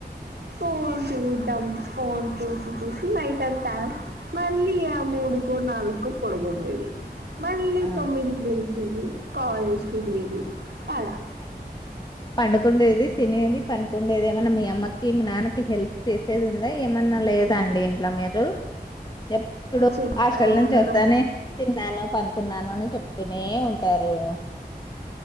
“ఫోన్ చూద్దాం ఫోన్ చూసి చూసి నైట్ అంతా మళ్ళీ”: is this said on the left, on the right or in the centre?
Right